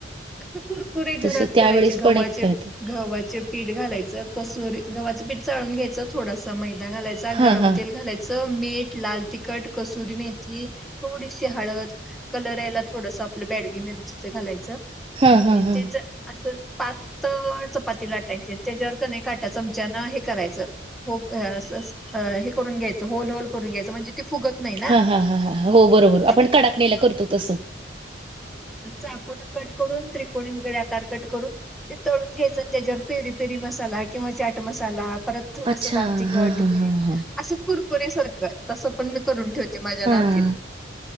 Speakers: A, in the centre; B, on the right.
A: अस कुरकुरे
B: तस
A: घरात
B: त्यावेेळेस
A: करायचे गव्हाचे
B: पण एक खायत
A: गव्हाचे पीठ घालायचं, कसुर गव्हाच पीठ चाळून घ्यायच. थोडासा मैदा घालायचा,
B: हा
A: गरम
B: हा
A: तेल घालायच, मीठ, लाल तिखट, कसुरी मेथी थोडीशी हळद कलर यायला, थोडस आपलं बॅडगी मिरचीच घालायचं. आणि
B: हा हा हा
A: तेच असं पातळ चपाती लाटायची, त्याच्यावर कने काटा चमच्यान हे करायचं, होप अस हे करून घ्यायच, होल होल करून घ्यायच, म्हणजे ते फुगत नाही ना.
B: हा हा हा हा हो बरोबर
A: आणि
B: आपण कडाकणीला
A: हा
B: करतो तस.
A: चाकू न कट करून त्रिकोणी वगैरे आकार कट करून ते तळून घ्यायचं त्याच्यावर पेरी पेरी मसाला किंवा चाट मसाला परत थोडस
B: अच्छा
A: लाल तिखट
B: हां, हां,
A: मीठ
B: हां, हां.
A: असं कुरकुररे सारखं तसं पण मी करून ठेवते माझ्या ना
B: ह